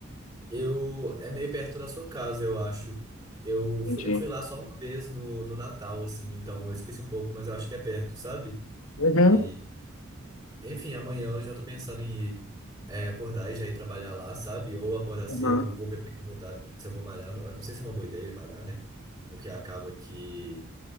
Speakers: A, on the right; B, on the left.
A: Eu é meio perto da sua casa, eu acho. Eu
B: Entendi.
A: fui, eu fui lá só uma vez no, no Natal, assim, então eu esqueci um pouco, mas eu acho que é perto, sabe?
B: Uhum.
A: E, enfim, amanhã eu já tô pensando em ir, é, acordar e já ir trabalhar lá, sabe? Ou acordar
B: Uhum.
A: cedo, vou ver como é que eu vou tá- se eu vou malhar. Eu não sei se é uma boa ideia eu ir malhar, né? Porque acaba que